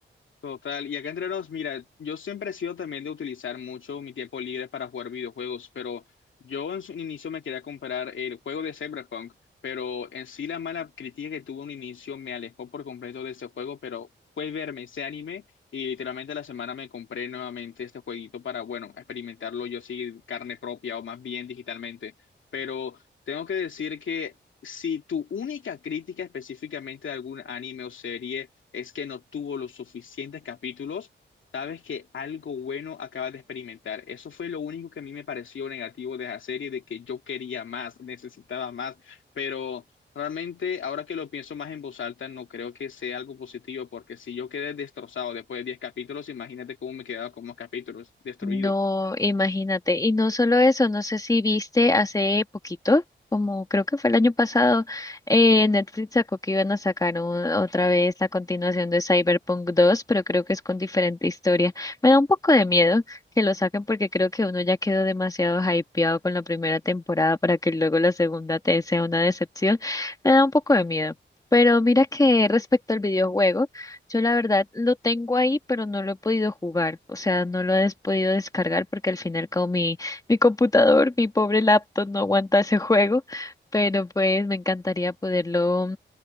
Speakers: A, on the left; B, on the left.
A: Total, y acá entre nos, mira, yo siempre he sido también de utilizar mucho mi tiempo libre para jugar videojuegos, pero yo en su inicio me quería comprar el juego de Cyberpunk, pero en sí la mala crítica que tuvo un inicio me alejó por completo de este juego, pero fue verme ese anime y literalmente la semana me compré nuevamente este jueguito para, bueno, experimentarlo yo sí carne propia o más bien digitalmente, pero tengo que decir que si tu única crítica específicamente de algún anime o serie es que no tuvo los suficientes capítulos, sabes que algo bueno acabas de experimentar. Eso fue lo único que a mí me pareció negativo de la serie, de que yo quería más, necesitaba más, pero... Realmente, ahora que lo pienso más en voz alta, no creo que sea algo positivo, porque si yo quedé destrozado después de 10 capítulos, imagínate cómo me quedaba con más capítulos, destruido.
B: No, imagínate. Y no solo eso, no sé si viste hace poquito, como creo que fue el año pasado, eh, Netflix sacó que iban a sacar un- otra vez la continuación de Cyberpunk 2, pero creo que es con diferente historia. Me da un poco de miedo que lo saquen porque creo que uno ya quedó demasiado hypeado con la primera temporada para que luego la segunda te sea una decepción. Me da un poco de miedo. Pero mira que respecto al videojuego. Yo la verdad lo tengo ahí, pero no lo he podido jugar, o sea, no lo he des- podido descargar porque al final como mi, mi computador, mi pobre laptop no aguanta ese juego, pero pues me encantaría poderlo